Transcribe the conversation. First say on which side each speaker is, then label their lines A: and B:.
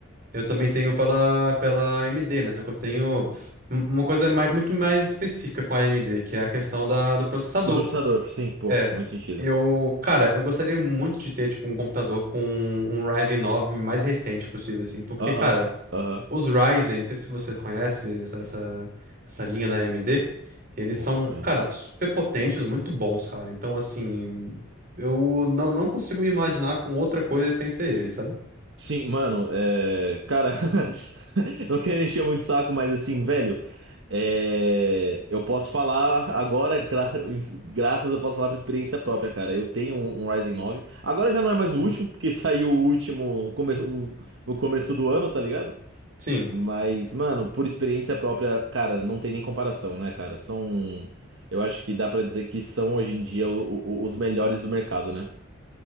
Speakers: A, on the right; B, on the right.
A: eu também tenho pela, pela AMD, né? Só que eu tenho um- uma coisa mais, muito mais específica com a AMD, que é a questão da, do processador.
B: Do processador, sim, pô,
A: É.
B: muito sentido.
A: Eu, cara, eu gostaria muito de ter, tipo, um computador com um Ryzen nove mais recente possível, assim, porque,
B: Aham,
A: cara,
B: aham.
A: os Ryzen, não sei se você conhece essa, essa, essa linha da AMD, eles
B: Opa,
A: são,
B: conheço.
A: cara, super potentes, muito bons, cara. Então, assim, eu não, não consigo me imaginar com outra coisa sem ser ele, sabe?
B: Sim, mano, é, cara, <laughs> não quero encher muito o saco, mas assim, velho, é, eu posso falar agora, gra- graças eu posso falar por experiência própria, cara. Eu tenho um, um Ryzen nove Agora já não é mais o
A: Uhum.
B: último, porque <laughs> saiu o último come- um- no começo do ano, tá ligado?
A: Sim.
B: Mas, mano, por experiência própria, cara, não tem nem comparação, né, cara? São, eu acho que dá pra dizer que são hoje em dia o- o- os melhores do mercado, né?